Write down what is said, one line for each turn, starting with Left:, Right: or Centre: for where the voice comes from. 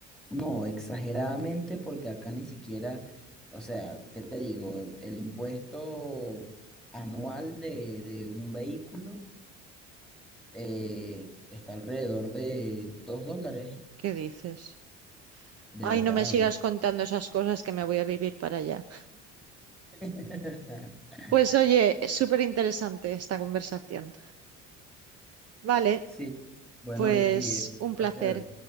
Centre: no, exageradamente, porque acá ni siquiera, o sea, ¿qué te digo? El impuesto anual de, de un vehículo. eh, está alrededor de 2 dólares,
Right: ¿Qué dices?
Centre: de
Right: Ay,
Centre: verdad.
Right: no me sigas
Centre: o sea.
Right: contando esas cosas que me voy a vivir para allá.
Centre: <laughs>
Right: Pues oye, súper interesante esta conversación. Vale.
Centre: Sí, bueno,
Right: Pues
Centre: Vicky, eh,
Right: un
Centre: un
Right: placer.
Centre: placer.